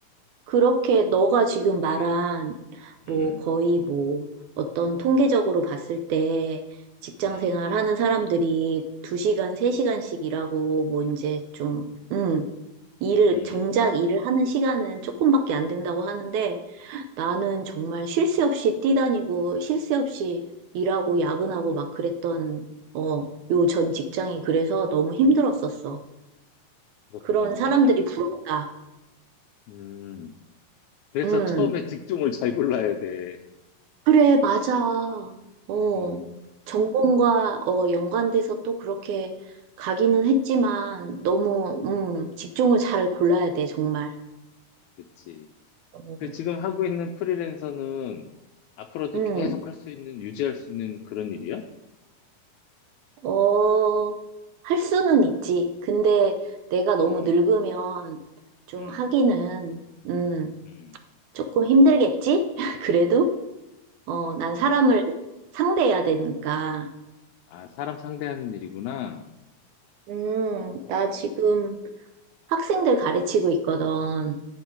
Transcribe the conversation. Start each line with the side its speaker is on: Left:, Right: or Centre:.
Right: 그렇게 너가 지금 말한
Left: 음,
Right: 뭐 거의 뭐 어떤 통계적으로 봤을 때 직장
Left: 음,
Right: 생활 하는 사람들이 2시간, 3시간씩 일하고 뭐 이제 좀, 음, 일을,
Left: 음.
Right: 정작 일을 하는 시간은 조금밖에 안 된다고 하는데 나는 정말 쉴 새 없이 뛰다니고, 쉴 새 없이 일하고, 야근하고 막 그랬던, 어, 요 전 직장이
Left: 오,
Right: 그래서 너무 힘들었었어.
Left: 그렇구나.
Right: 그런 사람들이 부럽다.
Left: 음. 그래서
Right: 음,
Left: 처음에 직종을 잘 골라야 돼.
Right: 그래, 맞아. 어,
Left: 음,
Right: 전공과, 어, 연관돼서 또 그렇게 가기는 했지만, 너무, 음, 직종을 잘 골라야 돼, 정말.
Left: 그치.
Right: 어,
Left: 그 지금 하고 있는 프리랜서는 앞으로도
Right: 음,
Left: 계속 할 수 있는, 유지할 수 있는 그런 일이야?
Right: 어, 할 수는 있지. 근데 내가 너무
Left: 음,
Right: 늙으면 좀
Left: 음,
Right: 하기는, 음,
Left: 음.
Right: 조금 힘들겠지? <laughs> 그래도? 어, 난 사람을 상대해야 되니까.
Left: 아, 사람 상대하는 일이구나.
Right: 음,
Left: 어,
Right: 나 지금 학생들 가르치고 있거든.